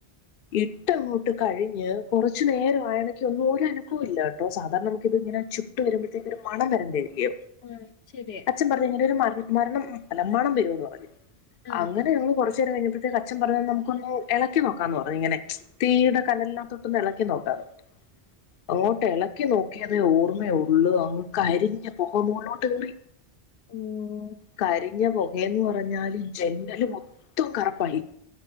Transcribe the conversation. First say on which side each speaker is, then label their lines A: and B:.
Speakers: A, on the left; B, on the left.
A: ഇ ട്ടങ്ങോട്ട് കഴിഞ്ഞ് കൊറച്ച് നേരമായണകെ ഒന്നു ഒരനക്കൂല്ലാ ട്ടോ സാധാരണ നുമുക്ക്ത്ങ്ങെനെ ചുട്ട് വരുമ്പഴ്ത്തേക്ക് ഒരു മണം വരണ്ടേല്ല്യോ
B: ഉം ചെര്യാ
A: ച്ഛൻ പറഞ്ഞു ഇങ്ങെനെ ഒരു മ മരണം അല്ല മണം വരുന്നൂന്ന് പറഞ്ഞു
B: ആഹ്
A: അങ്ങനെ ഞങ്ങള് കൊറ്ച്ച് ർച്ചേരം കഴ്ഞ്ഞപ്പഴ്ത്തേക്ക് അച്ചൻ പറഞ്ഞു നമുക്കൊന്നു എളെക്കി നോക്കാന്ന് പറഞ്ഞു ഇങ്ങെനെ തീയ്ടെ കനൽനാത്ത് ഒന്ന് എളക്കി നോക്കാങ്ങട്ട് അങ്ങോട്ടെളെ ക്കി നോക്കിയതേ ഓർമ്മയൊള്ളു അങ്ങ് കരിഞ് പുക മോൾലോട്ട് കേറി
B: ഉം
A: കരിഞ്ഞ പൊകയെന്ന് പറഞ്ഞാല് ജെന്റെല് മൊത്തം കറ്പ്പായി